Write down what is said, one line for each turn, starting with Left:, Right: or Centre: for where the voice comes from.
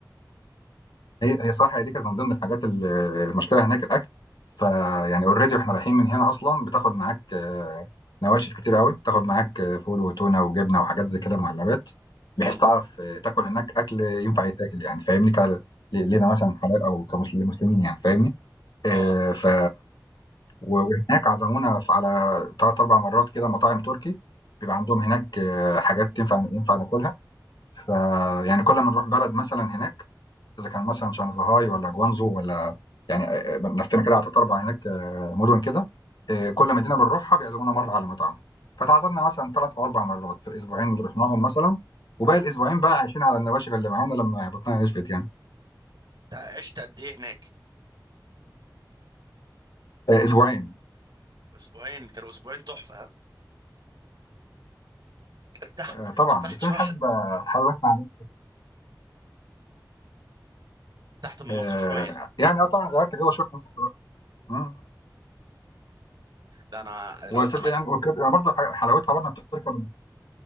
Left: هي هي صح هي دي كانت من ضمن الحاجات ال المشكلة هناك الأكل، فيعني already وإحنا رايحين من هنا أصلًا بتاخد معاك آه، نواشف كتير أوي، بتاخد معاك آه، فول وتونة وجبنة وحاجات زي كده معلبات،
Right: امم
Left: بحيث تعرف آه، تاكل هناك أكل ينفع يتاكل يعني فاهمني، ك ل لينا مثلًا حلال أو كمسل لمسلمين يعني فاهمني، آآ
Right: اه
Left: ف و وهناك عزمونا ف على 3، 4 مرات كده مطاعم تركي، بيبقى عندهم هناك آه، حاجات تنفع ينفع ناكلها، فيعني كل ما نروح بلد مثلًا هناك إذا كان مثلًا شنغهاي والّا جوانزو والّا يعني آآ، لفينا كده على 3، 4 هناك آه، مدن كده، آآ، كل مدينة بنروحها بيعزمونا مرّة على مطعم، فتعادلنا مثلًا 3 أو 4 مرات في الأسبوعين اللي رُحناهم مثلًا، وباقي الأسبوعين بقى عايشين على النواشف اللي معانا لمّا بطننا نشفت يعني،
Right: تع- عشت قد ايه هناك
Left: آآ، أسبوعين
Right: اسبوعين كانوا اسبوعين تحفه ها ارتحت
Left: آآ، طبعًا،
Right: ارتحت
Left: بس
Right: شويه
Left: أنا حابب آه، حابب أسمع منِّك
Right: ارتحت من
Left: آآ،
Right: مصر شويه
Left: يعني آه طبعًا غيّرت جو شوية في نفس الوقت، إمم،
Right: لا انا لو
Left: وسب
Right: انت
Left: يعني وكانت برضه ح حلاوتها برضه بتركب